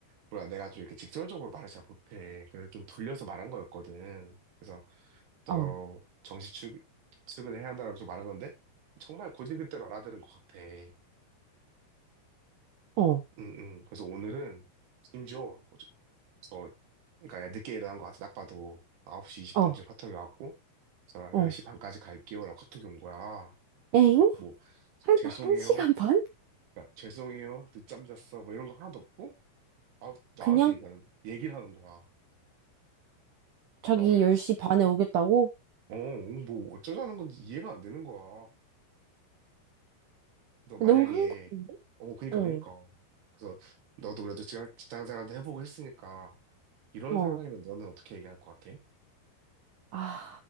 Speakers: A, on the right; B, on the right.
A: 뭐야, 내가 좀 이렇게 직설적으로 말을 잘 못해. 그래서 좀 돌려서 말한 거였거든. 그래서 너
B: 어,
A: 정시 출, 출근해야 한다고 좀 말한 건데, 정말 고지그대로 알아들은 것 같아. 응,
B: 어,
A: 응. 그래서 오늘은 심지어 그래서 그러니까 늦게 일어난 것 같아. 딱 봐도 9시 20분쯤
B: 어,
A: 카톡이 왔고 제가
B: 어,
A: 10시 반까지 갈게요 라고 카톡이 온 거야.
B: 엥?
A: 뭐 저-
B: 한,
A: 죄송해요.
B: 한 시간 반?
A: 그러니까 죄송해요. 늦잠 잤어. 뭐 이런 거 하나도 없고 아, 나한테
B: 그냥
A: 그냥 얘기를 하는 거야.
B: 자기
A: 아,
B: 10시
A: 씨.
B: 반에 오겠다고?
A: 어, 어, 뭐 어쩌자는 건지 이해가 안 되는 거야. 그래서 만약에
B: 너무 황당한데?
A: 어, 그니까
B: 어,
A: 그니까. 그래서 너도 그래도 지금 직장 생활도 해보고 했으니까 이런
B: 어.
A: 상황이면 너는 어떻게 얘기할 것 같아?
B: 아,